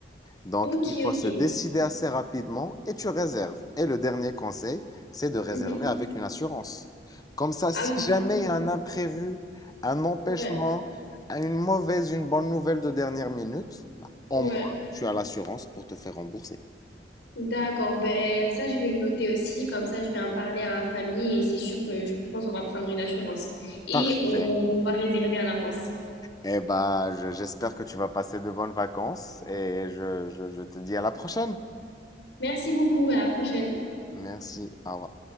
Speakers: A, on the left; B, on the left.
A: Donc,
B: Ok,
A: il faut
B: ok.
A: se décider assez rapidement et tu réserves. Et le dernier conseil, c'est de réserver
B: Mhm.
A: avec une assurance. Comme ça,
B: Ah
A: si
B: oui, c'est
A: jamais
B: très important.
A: il y a un imprévu, un empêchement,
B: Ouais,
A: une mauvaise, une bonne nouvelle de dernière minute, bah, au
B: ouais.
A: moins, tu as l'assurance pour te faire rembourser.
B: D'accord. Ben, ça, je vais le noter aussi. Comme ça, je vais en parler à ma famille et c'est sûr que je pense qu'on va prendre une assurance. Et
A: Parfait.
B: on, on va réserver en avance.
A: Eh ben, je- j'espère que tu vas passer de bonnes vacances et je, je je te dis à la prochaine.
B: Merci beaucoup. Ben, À la prochaine.
A: Merci. Au revoir.